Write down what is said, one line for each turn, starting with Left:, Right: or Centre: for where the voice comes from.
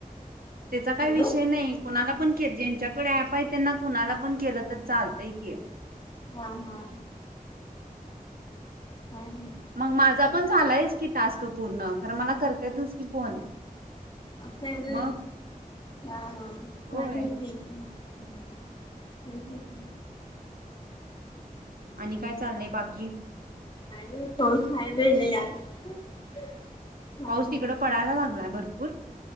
Right: त्याचा काही
Left: हॅलो
Right: विषय नाही कोणाला पण के ज्यांच्याकडे ॲप आहे त्यांना कुणाला
Left: हा हा
Right: पण केलं तर चालतंय. क <unintelligible>
Left: हा हा काय माहित
Right: मग माझा पण झालायच की टास्क पूर्ण खर मला करता येतच की फोन
Left: असं र
Right: मग
Left: हा हा चालेक,
Right: होय.
Left: <inaudible> ह ह <unintelligible>
Right: आणि काय चाललंय बाकी,
Left: आणियबेल या <unintelligible>
Right: पाऊस तिकड पडायला लागलाय भरपूर,